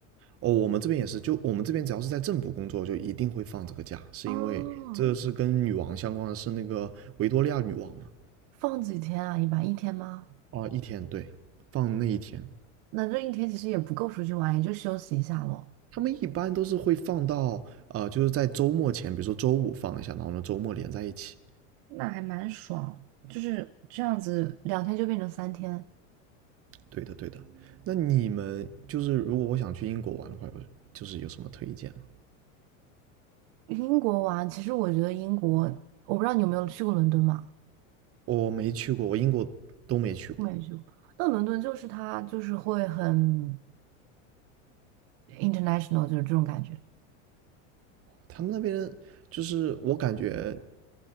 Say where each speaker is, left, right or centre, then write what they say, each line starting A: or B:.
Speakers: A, on the right (about 35°); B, on the right (about 55°).
A: 哦，我们这边也是，就我们这边只要是在政府工作，就一定会放这个假，是因为这是跟女王相关的，
B: 哦，
A: 是那个维多利亚女王嘛？
B: 放几天啊？一般一天吗？
A: 啊、一天，对，放那一天。
B: 那这一天其实也不够出去玩，也就休息一下咯。
A: 他们一般都是会放到呃，就是在周末前，比如说周五放一下，然后呢周末连在一起。
B: 那还蛮爽，就是这样子，两天就变成三天。
A: 对的，对的。那你们就是如果我想去英国玩的话，就是有什么推荐吗？
B: 英国玩，其实我觉得英国，我不知道你有没有去过伦敦嘛？
A: 我没去过，我英国都没去过。
B: 没去过。那伦敦就是它，就是会很 international 就是这种感觉。
A: 他们那边就是我感觉，